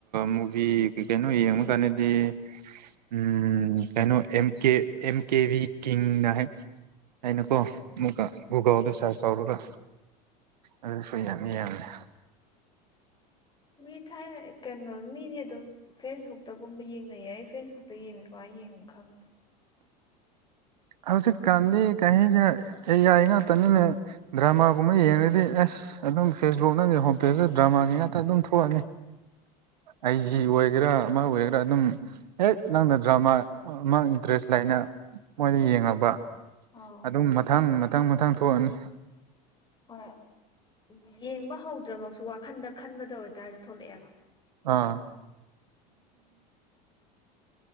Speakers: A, on the right; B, on the left.
A: ꯃꯨꯚꯤ ꯀꯩ ꯀꯩꯅꯣ ꯌꯦꯡꯕ ꯀꯥꯟꯗꯗꯤ ꯎꯝ ꯀꯩꯅꯣ ꯑꯦꯝ ꯀꯦ ꯑꯦꯝ ꯀꯦꯚꯤ ꯀꯤꯡ ꯅ ꯍꯥꯏ ꯍꯥꯏꯅꯀꯣ ꯑꯃꯨꯛꯀ ꯒꯨꯒꯜꯗ ꯁꯔꯁ ꯇꯧꯔꯒ ꯑꯗꯨ ꯁꯨ ꯌꯥꯗꯤ ꯌꯥꯕꯅꯦ
B: ꯃꯤ ꯊꯥꯏꯅ ꯀꯩꯅꯣ ꯃꯤꯗꯤ ꯑꯗꯨꯝ ꯐꯦꯁꯕꯨꯛꯇꯒꯨꯝꯕ ꯌꯦꯡꯅꯩꯌꯦ ꯑꯩ ꯐꯦꯁꯕꯨꯛꯇ ꯇ ꯌꯦꯡ ꯀꯃꯥꯏ ꯌꯦꯡ ꯈꯪꯗꯦ
A: ꯍꯧꯖꯤꯛꯀꯥꯟꯗꯤ ꯀꯔꯤꯖ ꯑꯩ ꯑꯥꯏ ꯉꯥꯛꯇꯅꯤꯅ ꯗ꯭ꯔꯃꯥꯒꯨꯝꯕ ꯌꯦꯡꯉꯗꯤ ꯑꯁ ꯑꯗꯨꯝ ꯐꯦꯁꯕꯨꯛ ꯅꯪꯒꯤ ꯍꯣꯝ ꯄꯦꯖꯇ ꯗ꯭ꯔꯃꯥꯒꯤ ꯉꯥꯛꯇ ꯑꯗꯨꯝ ꯊꯣꯛꯑꯅꯤ ꯑꯥꯏꯖꯤ ꯑꯣꯏꯒꯦꯔꯥ ꯑꯃ ꯑꯣꯏꯒꯦꯔꯥ ꯑꯗꯨꯝ ꯍꯦꯛ ꯅꯪꯅ ꯗ꯭ꯔꯃꯥ ꯃꯥ ꯏꯟꯇꯔꯦꯁ ꯂꯩꯅ ꯃꯣꯏꯅ ꯌꯦꯡꯉꯕ
B: ꯑꯥꯎ
A: ꯑꯗꯨꯝ ꯃꯊꯪ ꯃꯊꯪ ꯃꯊꯪ ꯊꯣꯛꯑꯅꯤ
B: ꯍꯣꯏ ꯌꯦꯡꯕ ꯍꯧꯗ꯭ꯔꯃꯛꯁꯨ ꯋꯥꯈꯟꯗ ꯈꯟꯕꯗ ꯑꯣꯏꯇꯥꯔꯁꯨ ꯊꯣꯛꯂꯛꯑꯦꯕ
A: ꯑꯥ